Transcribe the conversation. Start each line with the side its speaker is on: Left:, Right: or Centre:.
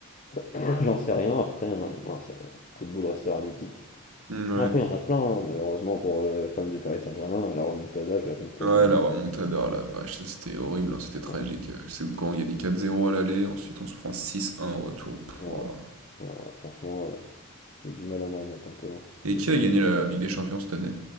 Left: <laughs> j'en sais rien après hein, non, c'est- coup de boule restera mythique.
Right: Hmm, Ouais.
Left: Après, il y en a plein, hein, malheureusement pour euh, les fans du Paris Saint-Germain, la remontada, je la compte comme
Right: Ah,
Left: un.
Right: ouais, la remontada, oh la vache, ça c'était horrible, hein, c'était tragique.
Left: Voilà.
Right: Euh, C'est quand on gagnait quatre zéro à l'aller, ensuite on se prend six un au retour. Pouah.
Left: Ouais. Alors, franchement, euh, j'ai eu du mal à m'en remettre un peu. hein, C'était.
Right: Et qui a gagné la Ligue des Champions cette année?